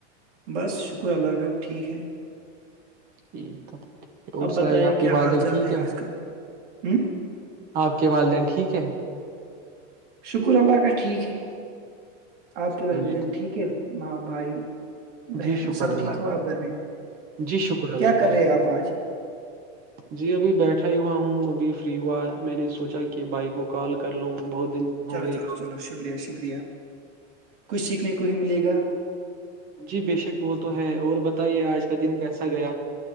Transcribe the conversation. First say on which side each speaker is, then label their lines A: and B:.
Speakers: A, on the right; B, on the right.
A: بس شکر اللہ کاب ٹھیک ہے <unintelligible>
B: ٹیک تبیک ہے اور سوائی
A: بتائیں
B: آپ
A: کیا
B: کے والدن
A: حال چال
B: ٹھیک ہے
A: آج
B: <unintelligible>
A: کل ہوں
B: آپ کے والدین ٹھیک ہے
A: شکر اللہ کا ٹھیک ہے آپ
B: چلو
A: کے والدین
B: جی
A: ٹھیک ہے ماں بائی بہن
B: جی شکر
A: سب
B: اللہ
A: ٹھیک ہو
B: کا
A: آپ گھر میں
B: جی شکر
A: کیا
B: اللہ
A: کر
B: کا
A: رہے
B: شکر
A: آپ آج
B: <inaudible> جی ابھی بیٹھا ہی ہوا ہوں ابھی فری ہوا میں نے سوچا کہ بھائی کو کال کر لوں بہت دن ہو
A: چلو
B: گئے
A: چلو چلو شکریہ شکریہ کچھ سیکھنے کو ہی ملے گا
B: جی بے شک وہ تو ہے اور بتائیے آج کا دن کیسا گیا